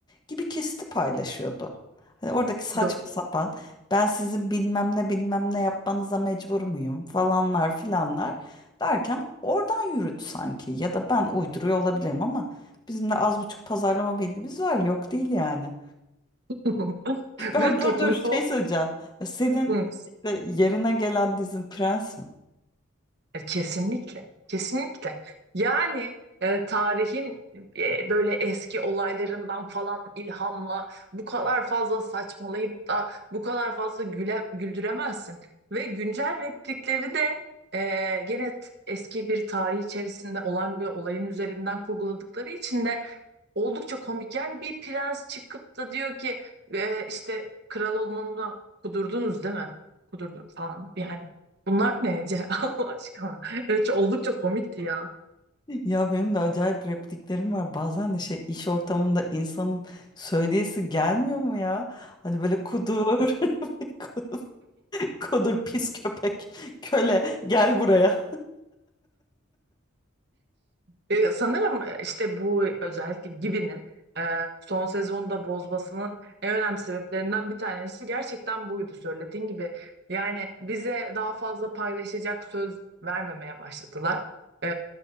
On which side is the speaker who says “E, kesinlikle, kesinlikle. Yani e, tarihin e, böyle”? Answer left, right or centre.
Right